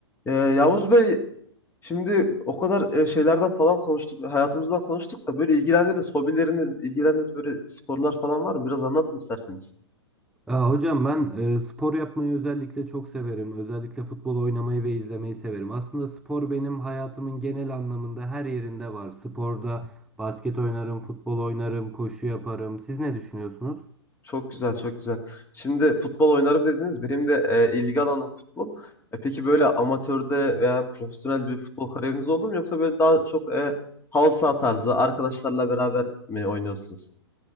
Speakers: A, on the left; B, in the centre.
A: Ee, Yavuz Bey şimdi o kadar e, şeylerden falan konuştuk, hayatımızdan konuştuk da böyle ilgilendiğiniz hobileriniz, ilgilendiğiniz böyle sporlar falan var mı? Biraz anlatın isterseniz.
B: Ya hocam ben e, spor yapmayı özellikle çok severim. Özellikle futbol oynamayı ve izlemeyi severim. Aslında spor benim hayatımın genel anlamında her yerinde var. Sporda basket oynarım, futbol oynarım, koşu yaparım. Siz ne düşünüyorsunuz?
A: Çok güzel, çok güzel. Şimdi futbol oynarım dediniz. Benim de e, ilgi alanım futbol. E, peki böyle amatörde veya profesyonel bir futbol kariyeriniz oldu mu? Yoksa böyle daha çok e, halı saha tarzı arkadaşlarla beraber mi oynuyorsunuz?